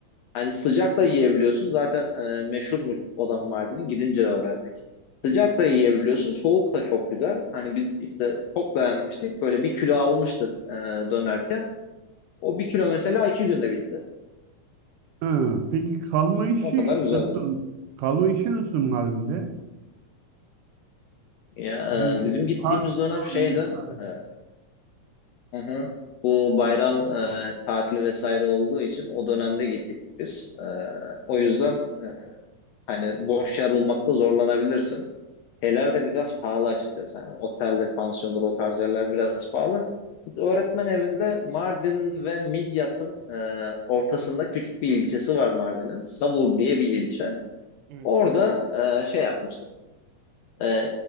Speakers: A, on the left; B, on the right.
A: Hani sıcak da yiyebiliyorsun zaten e, meşhurmuş Oda Mardin'in gidince öğrendik. Sıcak da yiyebiliyorsun soğuk da çok güzel. Hani biz işte çok beğenmiştik böyle bir kilo almıştık e, dönerken. O bir kilo mesela iki günde bitti.
B: Ha, peki kalma işi
A: O kadar güzeldir.
B: nasıl? Kalma işi nasıl Mardin'de?
A: Ya
B: Yani
A: e, bizim gittiğimiz
B: pansiyon
A: dönem şeydi.
B: mesela.
A: e, hı hı, bu bayram e, tatili vesaire olduğu için o dönemde gittik biz. E, o yüzden e, hani boş yer bulmakta zorlanabilirsin. Şeyler de biraz pahalı açıkçası. Yani otelde, pansiyonlar, o tarz yerler biraz pahalı. Biz öğretmen evinde Mardin ve Midyat'ın e, ortasında küçük bir ilçesi var Mardin'in. Savur diye bir ilçe.
B: Evet.
A: Orada e, şey yapmıştık. Ee,